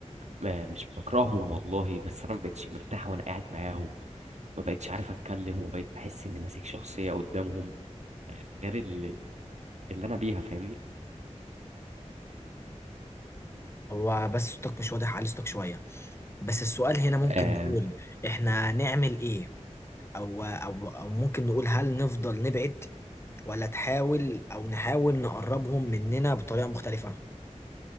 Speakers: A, on the right (about 70°); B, on the left (about 20°).
A: ما- مش بكرههم والله بس أنا مبقتش مرتاح وأنا قاعد معاهم مبقتش عارف أتكلم وبقيت بحس إني ماسك شخصية قدامهم غير اللي, اللي أنا بيها فاهمني
B: هو بس صوتك مش واضح علي صوتك شوية بس السؤال هنا ممكن
A: آه،
B: نقول احنا نعمل ايه او او او ممكن نقول هل نفضل نبعد ولا تحاول او نحاول نقربهم مننا بطريقة مختلفة